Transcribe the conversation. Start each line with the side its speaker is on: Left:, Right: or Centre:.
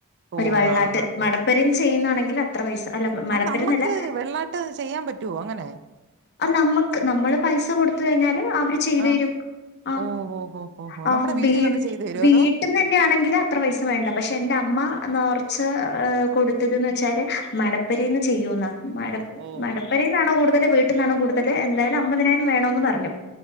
Right: ഓഹ്
Left: ഒര് വെള്ളാട്ട്
Right: ആഹ് ആഹ്
Left: മ
Right: ആഹ്
Left: രും ചെയ്യുന്നാണെങ്കിൽ അത്ര പൈസ മടപ്പരന്നല്ല
Right: അത് നമ്മക്ക് വെള്ളാട്ട് ചെയ്യാൻ പറ്റോ അങ്ങനെ
Left: അത് നമ്മക്ക് നമ്മള് പൈസ കൊടുത്ത കഴിഞ്ഞാല് അവര് ചെയ്തേരും
Right: ആഹ്
Left: ആഹ്
Right: ഓഹ് ഓഹ് ഓഹ് ഓഹോ
Left: ആഹ്
Right: നമ്മുടെ വീട്ടിൽ
Left: വീട്ടി
Right: വന്ന് ചെയ്തു തരുവോ
Left: വീ
Right: അതോ
Left: ട്ടിലെന്നേണങ്കില് അത്ര പൈസ വേണ്ട പക്ഷെ എന്റെ അമ്മ നോർച്ച് കൊട്ത്തത്ന്ന് വെച്ചാല് മടപ്പെരേന്ന് ചെയ്യൂന്നാ മ
Right: ഓഹ്
Left: മടപ്പെരേന്നാണോ കൂടുതല് വീട്ട്ന്നാണോ കൂട്തല് എന്തായാലും അമ്പതിനായിരം വേണോന്ന് പറഞ്ഞു